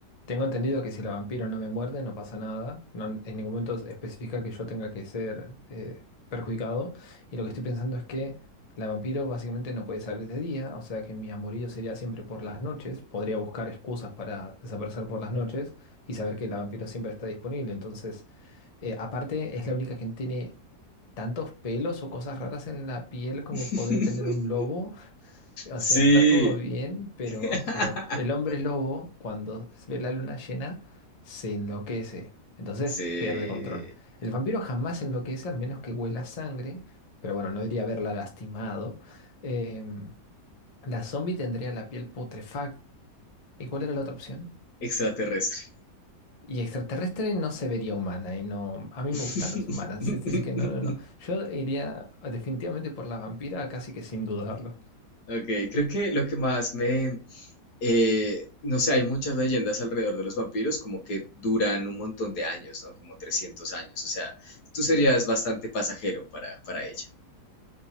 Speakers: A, on the left; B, on the left.
A: tengo entendido que si la vampiro no me muerde, no pasa nada. No, en ningún momento especifica que yo tenga que ser eh, perjudicado. Y lo que estoy pensando es que la vampiro básicamente no puede salir de día, o sea que mi amorío sería siempre por las noches. Podría buscar excusas para desaparecer por las noches y saber que la vampiro siempre está disponible. Entonces, eh, aparte, es la única que tiene tantos pelos o cosas raras en la piel como
B: <laughs>
A: podría tener un lobo. O
B: Sí.
A: sea, está todo bien, pero
B: <laughs>
A: a ver, el hombre lobo cuando ve la luna llena se enloquece, entonces
B: Sí.
A: pierde control. El vampiro jamás se enloquece al menos que huela sangre, pero bueno, no diría haberla lastimado. Em, la zombie tendría la piel putrefacta. ¿Y cuál era la otra opción?
B: Extraterrestre.
A: Y extraterrestre no se vería humana y no, a mí
B: <laughs>
A: me gustan las humanas, <laughs> Es decir que no, no, no. Yo iría definitivamente por la vampira, casi que sin dudarlo.
B: Ok, creo que lo que más me... eh, no sé, hay muchas leyendas alrededor de los vampiros como que duran un montón de años, ¿no? Como 300 años. O sea, tú serías bastante pasajero para, para ella.